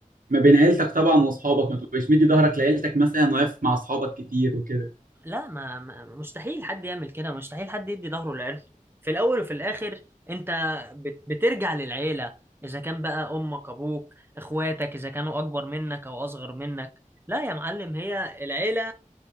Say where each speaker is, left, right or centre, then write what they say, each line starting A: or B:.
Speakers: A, on the right; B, on the right.
A: ما بين عيلتك طبعا واصحابك ما تبقاش مدي ظهرك لعيلتك مثلا واقف مع اصحابك كتير وكده
B: لا ما ما- مستحيل حد يعمل كده مستحيل حد يدي ظهره لعيلته في الاول وفي الاخر انت بت- بترجع للعيله اذا كان بقى امك ابوك اخواتك اذا كانوا اكبر منك او اصغر منك لا يا معلم هي العيله